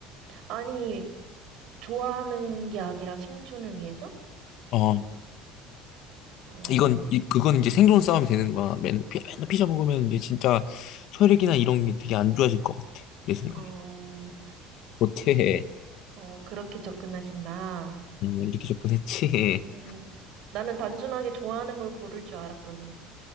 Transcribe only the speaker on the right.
아니, 좋아하는 게 아니라 생존을 위해서?
어,
어,
어, 그렇게 접근하신다.
음, 나는 단순하게 좋아하는 걸 고를 줄 알았더니.